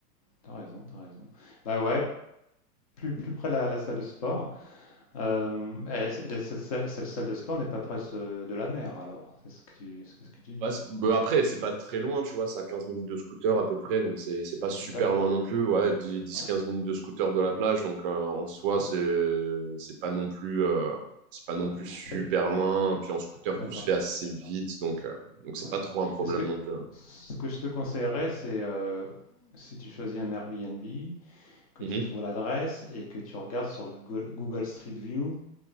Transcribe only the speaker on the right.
Bah, c'est- bah, après, c'est pas très loin, tu vois, c'est à 15 minutes de scooter à peu près, donc c'est c'est pas super
loin non plus, ouais, dix, dix
quinze minutes de scooter de la plage, donc euh, en soi,
c'est c'est pas non plus euh, c'est pas non
plus super
loin,
puis en scooter,
tout se fait assez vite, donc euh, donc c'est
pas trop un problème
non plus. hein.
Mhm.